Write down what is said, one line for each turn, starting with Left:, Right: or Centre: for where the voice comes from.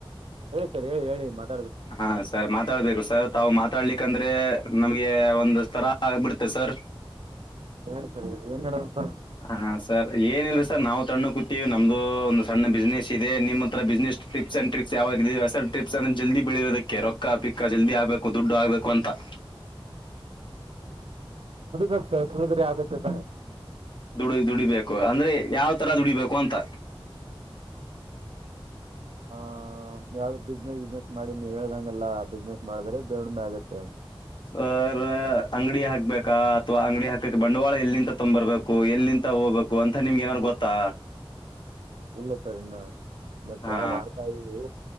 Right: ಹೇಳಿ ಸರಿ ಹೇಳಿ ಹೇಳಿ ಮತ್ತ
Left: ಹಾ ಸರ್ ಮಾತಾಡ್ಬೇಕು ಸರ್ ತಾವು ಮಾತಾಡ್ಲಿಕ್ಕೆ ಯಾಕಂದ್ರೆ ನಮ್ಗೆ ಒಂದ ತರ ಆಗ್ಬಿಡ್ತೆ ಸರ್
Right: ಹೇಳಿ ಸರ್ ಏನ್ ನಡದದ
Left: ಹಾ ಸರ್ ಏನಿಲ್ಲ ಸರ್ ನಾವು ತಣ್ಣ ಕೂತೀವಿ ನಮ್ದು ಒಂದು ಸಣ್ಣ ಬಿಸ್ನೆಸ್ ಇದೆ ನಿಮ್ಮತ್ರ ಬಿಸ್ನೆಸ್ ಟ್ರಿಪ್ಸ್ ಅಂಡ್ ಟ್ರಿಪ್ಸ್ ಯಾವಾದರು ಇದ ಸರ್ ಟ್ರಿಪ್ಸ್ ಅಂದ ಜಲ್ದಿ ಬೆಳೆಯೋದಕ್ಕೆ ರೊಕ್ಕ ಪಿಕ್ಕ ಜಲ್ದಿ ಆಗ್ಬೇಕು ದುಡ್ಡು ಆಗ್ಬೇಕು ಅಂತ <unintelligible>
Right: ಡ ಸಡಿದ ಆಗತ್ತ <unintelligible>
Left: ದುಡಿ ದುಡಿಬೇಕು ಅಂದ್ರೆ ಯಾವ ತರ ದುಡಿಬೇಕು ಅಂತ
Right: ಹ ಯಾವ್ದ ಬಿಸ್ನೆಸ್ ವಿಸ್ನೆಸ್ ಮಾಡಿ ನೀ ಹೇಳ್ದಂಗಗೆಲ್ಲ ಬಿಸ್ನೆಸ್ ಮಾಡಿದ್ರೆ ದದುಡಿಮೆ ಆಗತ್ತೆ
Left: ಹ ಅಂಗಡಿ ಹಾಕ್ಬೇಕಾ ಅಥವಾ ಅಂಗಡಿ ಹಾಕಕ್ಕೆ ಬಂಡವಾಳ ಎಲ್ಲಿಂತ ತೊಂಬ್ರ್ಬೇಕು ಎಲ್ಲಿಂತ ಹೋಗ್ಬೇಕು ಅಂತ ನಿಮ್ಗೆ ಏನಾದ್ ಗೊತ್ತಾ
Right: ಇಲ್ಲ ಸರ್ ಇನ್ನ ಇ ಟ್ರೈ
Left: ಹಾ
Right: ಮಾಡ್ತಾ ಇದೀವಿ